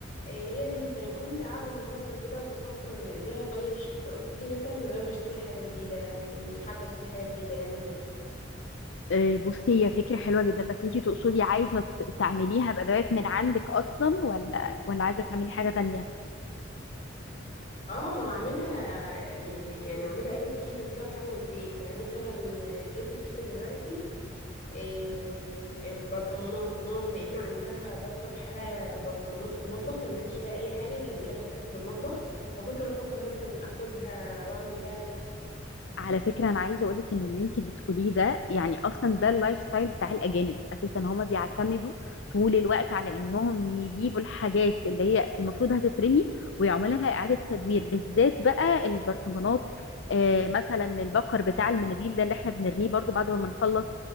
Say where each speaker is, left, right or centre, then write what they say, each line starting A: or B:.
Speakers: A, on the left; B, on the left.
A: آه، ايه يا بنت انا كنت قاعده النهارده كده وبفكر ازاي اغير شكل اوضتي مثلا من غير ما اشتري حاجه جديده مش حابه اشتري حاجه جديده يعني وكده
B: آه، بصي هي فكرة حلوة جدا بس انتي تقصدي عايزة ت- تعمليها بأدوات من عندك أصلا ولا ولا عايزة تعملي حاجة تانية
A: اه اعملها يعني اعملها ايوه بايدي وكده في حاجه من البيت يعني مثلا جات لي فكره دلوقتي إيه البرطمانات ماما بما ان عندها ظرفه بحالها برطمانات في المطبخ ما بنعملش بيها اي حاجه غير انها بتكركب المطبخ فكنت بفكر مثلا اخدها واعمل بيها فكره
B: على فكرة أنا عايزة أقولك إن اللي أنتي بتقوليه ده يعني أصلا ده اللايف ستايل بتاع الأجانب أساسا هما بيعتمدوا طول الوقت على إنهم يجيبوا الحاجات اللي هي المفروض هتترمي ويعملوا لها إعادة تدوير بالذات بقى البرطمانات آه مثلا البكر بتاع المناديل ده اللي إحنا بنرميه برضو بعد ما بنخلص